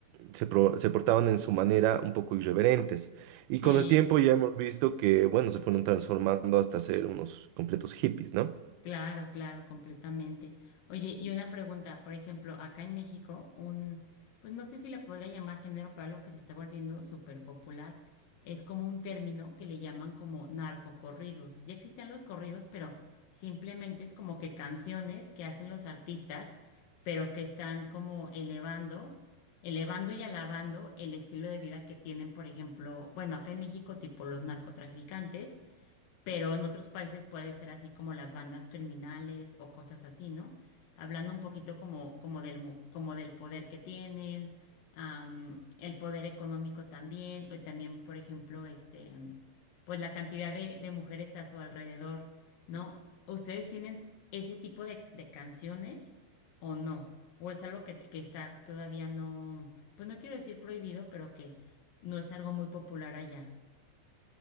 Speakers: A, on the right (about 85°); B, on the left (about 65°).
A: mm, se, pro- se portaban en su manera un poco irreverentes. Y
B: sí.
A: con el tiempo ya hemos visto que, bueno, se fueron transformando hasta ser unos completos hippies, ¿no?
B: Claro, claro, completamente. Oye, y una pregunta, por ejemplo, acá en México, un, pues no sé si le podría llamar género para algo que se está volviendo súper popular, es como un término que le llaman como narcocorridos. Ya existen los corridos, pero simplemente es como que canciones que hacen los artistas, pero que están como elevando, elevando y alabando el estilo de vida que tienen, por ejemplo, bueno, acá en México, tipo los narcotraficantes pero en otros países puede ser así como las bandas criminales o cosas así, ¿no? Hablando un poquito como, como del, mu- como del poder que tienen, am, el poder económico también, y también, por ejemplo, este, am, pues la cantidad de, de mujeres a su alrededor, ¿no? ¿Ustedes tienen ese tipo de, de canciones o no? ¿O es algo que, que está todavía no, pues no quiero decir prohibido, pero que no es algo muy popular allá?